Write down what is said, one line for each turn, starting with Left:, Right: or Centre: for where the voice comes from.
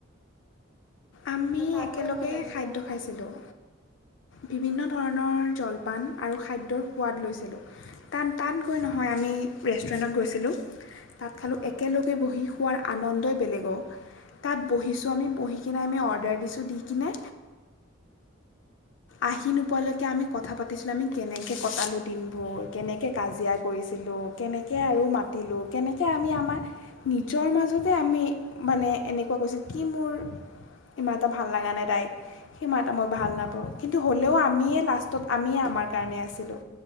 Left: আমি
Centre: নে তাত
Left: একেলগে
Centre: গৈ বনাইছিলা
Left: খাদ্য খাইছিলোঁ বিভিন্ন ধৰণৰ জলপান আৰু খাদ্যৰ সোৱাদ লৈছিলোঁ তাত তাত গৈ নহয় আমি ৰেষ্টুৰেণ্টত গৈছিলোঁ তাত খালোঁ
Centre: অ
Left: একেলগে বহি খোৱাৰ আনন্দই বেলেগৰ তাত বহিছোঁ আমি বহি নে আ অ কিনে আহি নোপোৱালৈকে
Centre: উম
Left: আমি কথা পা পাতিছিলোঁ আমি কেনেকৈ কটালোঁ দিনবোৰ কেনেকৈ কাজিয়া কৰিছিলোঁ কেনেকৈ আৰু মাতিলোঁ কেনেকৈ আমি আমাৰ নিজৰ মাজতে আমি মানে এনেকুৱা কৈছিলোঁ কি মোৰ ইমান এটা ভাল লগা নাই তাইক সিমানা এটা মই ভাল নাপাওঁ কিন্তু হ'লেও আমিয়ে লাষ্ট ত'ত আমিয়ে আমাৰ কাৰণে আছিলোঁ।